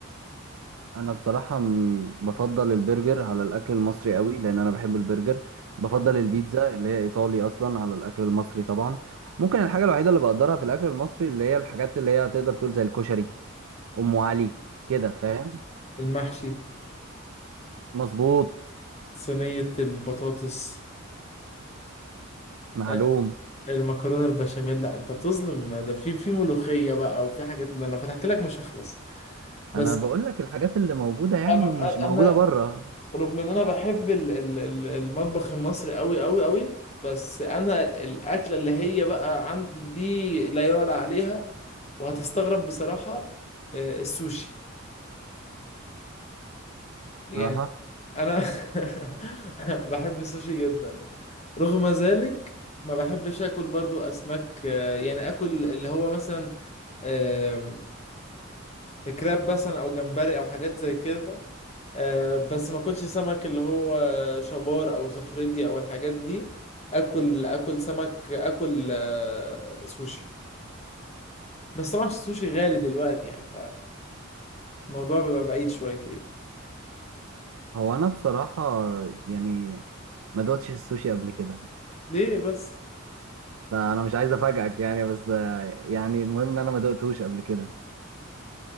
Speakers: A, on the right; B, on the left.
A: انا بصراحة م- بفضل البرجر على الاكل المصري قوي لان انا بحب البرجر بفضل
B: آه.
A: البيتزا اللي هي ايطالي اصلا على الاكل المصري طبعا ممكن الحاجة الوحيدة اللي بقدرها في الاكل المصري اللي هي الحاجات اللي هي تقدر تقول زي الكشري ام علي كده فاهم
B: المحشي
A: مظبوط
B: صينية البطاطس
A: معلوم
B: آه، المكرونة البشاميل لا انت بتظلم ده في في ملوخية بقى وفي حاجات ده انا لو فتحت لك مش هخلص بس
A: انا بقول لك الحاجات اللي موجوده يعني
B: انا
A: مش موجوده
B: انا
A: بره
B: رغم ان انا بحب ال- ال- ال- المطبخ المصري قوي قوي قوي بس انا الاكله اللي هي بقى عندي دي لا يعلى عليها وهتستغرب بصراحه آه، السوشي يعني
A: اها
B: انا <laughs> بحب السوشي جدا رغم ذلك ما بحبش اكل برضو اسماك آه، يعني اكل اللي هو مثلا آم، كراب مثلا او جمبري او حاجات زي كده آه، بس ما اكلش سمك اللي هو شبار او صفردي او الحاجات دي اكل اكل سمك اكل آه، سوشي بس طبعا السوشي غالي دلوقتي يعني فالموضوع بيبقى بعيد شويتين
A: هو انا بصراحه يعني ما دقتش السوشي قبل كده
B: ليه بس
A: فانا مش عايز افاجئك يعني بس آه، يعني المهم ان انا ما دقتهوش قبل كده